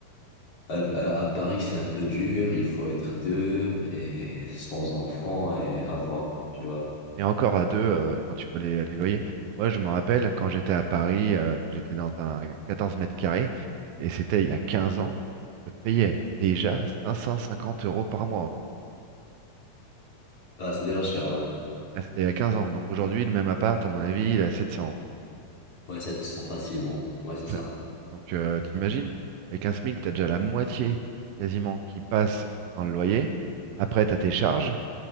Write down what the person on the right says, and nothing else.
Et encore à deux, euh, quand tu vois les, les loyers. Moi, je me rappelle, quand j'étais à Paris, euh, j'étais dans un 14 mètres carrés, et c'était il y a 15 ans, je payais déjà 550 euros par mois. hein.
Ah, c'était il y a 15 ans. Donc aujourd'hui, le même appart, à mon avis, il est à 700.
Enfin,
Donc euh, t'imagines, avec un SMIC, t'as déjà la moitié quasiment qui passe dans le loyer. Après, t'as tes charges,